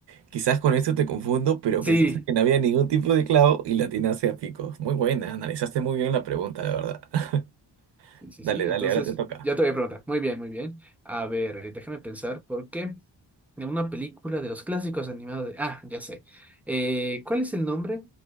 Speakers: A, on the right; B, in the centre.
A: quizás con esto te confundo, pero
B: Sí,
A: pensaste que no había ningún tipo de clavo y la atinaste a picos. Muy buena, analizaste muy bien la pregunta, de verdad. <laughs>
B: Sí, sí,
A: Dale,
B: sí.
A: dale,
B: Entonces
A: ahora te toca.
B: ya te voy a preguntar. Muy bien, muy bien. A ver, eh, déjame pensar por qué. De una película de los clásicos animados de... Ah, ya sé. Eh, ¿cuál es el nombre